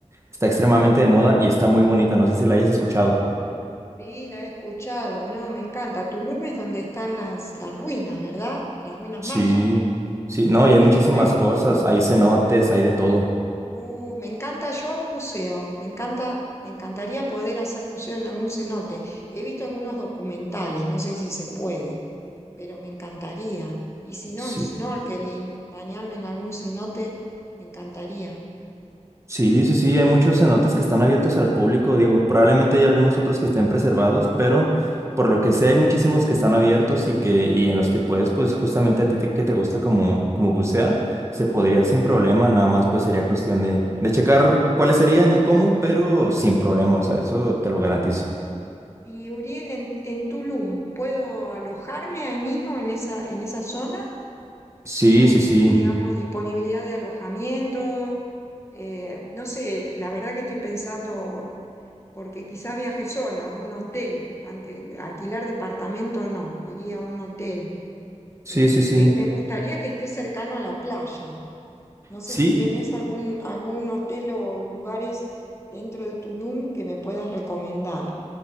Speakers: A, on the right; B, on the left.
A: está extremadamente de moda y está muy bonita, no sé si la hayas escuchado.
B: Sí, la he escuchado, ¿no? Me encanta. Tulum es donde están las, las ruinas, ¿verdad? Las ruinas
A: Sí,
B: mayas.
A: sí, no, y hay
B: Qué
A: muchísimas
B: bueno.
A: cosas, hay cenotes, hay de todo.
B: Uh, me encanta, yo hago buceo, me encanta, me encantaría poder hacer buceo en algún cenote. He visto algunos documentales, no sé si se puede, pero me encantaría. Y si no,
A: sí
B: snorkeling, bañarme en algún cenote, me encantaría.
A: Sí, sí, sí, hay muchos cenotes que están abiertos al público, digo, probablemente hay algunos otros que estén preservados, pero por lo que sé hay muchísimos que están abiertos y que y en los que puedes pues justamente a ti te- que te gusta como como bucear, se podría sin
B: Sí,
A: problema, nada más pues sería cuestión de de checar cuáles serían y cómo,
B: claro.
A: pero sin problema, o sea, eso te lo garantizo.
B: Y, y Uriel, en, en Tulum, ¿puedo alojarme ahí mismo en esa, en esa zona?
A: Sí,
B: tengo,
A: sí, sí.
B: digamos, disponibilidad de alojamiento. eh, no sé, la verdad que estoy pensando, porque quizás viaje sola, a un hotel, ante, alquilar departamento no, iría a un hotel,
A: Sí,
B: eh,
A: sí, sí.
B: que me gustaría que esté cercano a la playa. No sé
A: Sí,
B: si tenés algún, algún hotel o lugares dentro de Tulum que me puedas recomendar.